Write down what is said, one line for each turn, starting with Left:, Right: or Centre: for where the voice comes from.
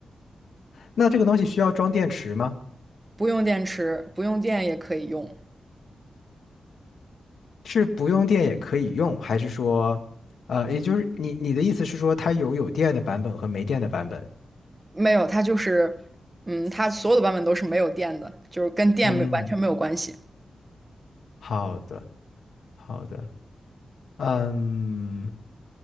Left: 那这个东西需要装电池吗？
Right: 不用电池，不用电也可以用。
Left: 是不用电也可以用，还是说，呃，也就是你你的意思是说，它有有电的版本和没电的版本？
Right: 没有，它就是，嗯，它所有的版本都是没有电的，就是跟电没完全没有关系。
Left: 嗯，好的，好的，嗯，